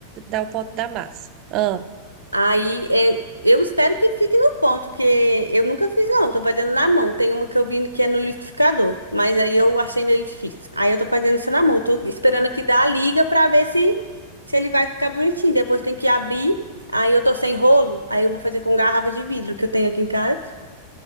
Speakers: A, on the right; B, on the left.
A: dá o ponto da massa. Ah.
B: Aí é, eu espero que fique no ponto, que eu nunca fiz, não. Tô fazendo na mão. Tem uma que eu vi que é no liquidificador, mas aí eu achei meio difícil. Aí eu tô fazendo isso na mão. Tô esperando que dá a liga pra ver se, se ele vai ficar bonitinho. Depois tem que abrir. Aí eu tô sem rolo, aí eu vou fazer com garrafa de vidro que eu tenho aqui em casa.